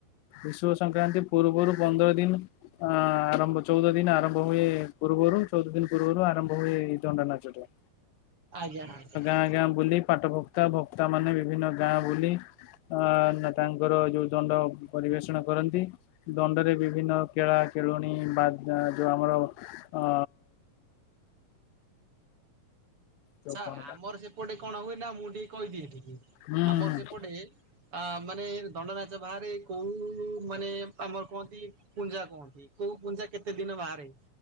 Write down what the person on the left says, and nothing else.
ବିଷୁବ ସଂକ୍ରାନ୍ତି ପୂର୍ବରୁ ପନ୍ଦର ଦିନ ଅ ଆରମ୍ଭ ଚଉଦ ଦିନ ଆରମ୍ଭ ହୁଏ ପୂର୍ବରୁ ଚଉଦ ଦିନ ପୂର୍ବରୁ ଆରମ୍ଭ ହୁଏ ଏଇ ଦଣ୍ଡ ନାଚ ଟା।
ଗାଁ ଗାଁ ବୁଲି ପାଠଭକ୍ତା ଭକ୍ତା ମାନେ ବିଭିନ୍ନ ଗାଁ ବୁଲି ଆ ତାଙ୍କର ଯୋଉ ଦଣ୍ଡ ପରିବେଷଣ କରନ୍ତି ଦଣ୍ଡରେ ବିଭିନ୍ନ କେଳା କେଳୁଣି ବା ଯୋଉ ଆମର ଅ ଯୋଉ
କଣ
ହୁଁ
ହୁଁ